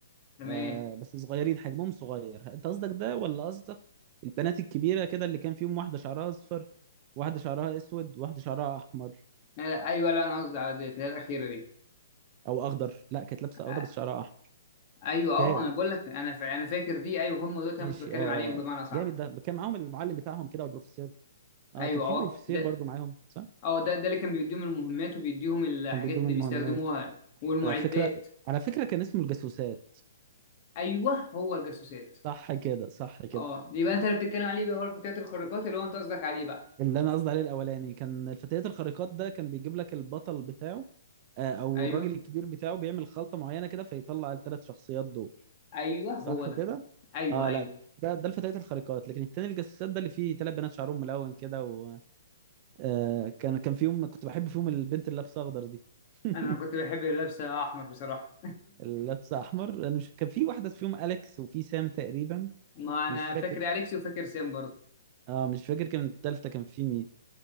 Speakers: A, on the left; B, on the right.
A: تمام
B: آه بس صغيرين حجمهم صغير انت قصدك ده ولا قصدك البنات الكبيرة كده اللي كان فيهم واحدة شعرها اصفر واحدة شعرها اسود واحدة شعرها احمر
A: آه، ايوه لا انا قصدي على ديت اللي هي الاخيره دي
B: او اخضر لا كانت لابسة اخضر
A: آه،
B: بس شعرها احمر
A: ايوه اه
B: اوكي
A: انا بقول لك انا فا- انا فاكر دي ايوه هم دول انا
B: ماشي
A: كنت بتكلم
B: اه
A: عليهم بمعنى صح
B: جامد ده كان معاهم المعلم بتاعهم كده والبروفيسور اه
A: ايوه
B: كان في
A: اه
B: بروفيسور
A: ده
B: برضو معاهم صح
A: اه ده ده اللي كان بيديهم المهمات وبيديهم الحاجات
B: كان بيديهم
A: اللي
B: المهمات
A: بيستخدموها والمعدات
B: على فكرة على فكرة كان اسمه الجاسوسات
A: ايوه هو الجاسوسات
B: صح كده صح كده
A: اه يبقى انت اللي بتتكلم عليه بقى هو الفتيات الخارقات اللي هو انت قصدك عليه بقى
B: اللي انا قصدي عليه الاولاني كان الفتيات الخارقات ده كان بيجيب لك البطل بتاعه آه، او
A: ايوه
B: الراجل الكبير بتاعه بيعمل خلطة معينة كده فيطلع الثلاث شخصيات دول
A: ايوه هو
B: صح
A: ده
B: كده
A: ايوه
B: اه
A: ايوه
B: لا ده ده الفتيات الخارقات لكن التاني الجساسات ده اللي فيه ثلاث بنات شعرهم ملون كده و آه كان كان فيهم كنت بحب فيهم البنت اللي لابسه اخضر دي <laughs>
A: انا كنت بحب اللبسه احمر بصراحه
B: اللي لابسه احمر انا مش كان في واحده فيهم اليكس وفي سام تقريبا
A: <laughs> ما
B: مش
A: انا
B: فاكر
A: فاكر اليكس وفاكر سام برضه
B: اه مش فاكر كان التالتة كان في مين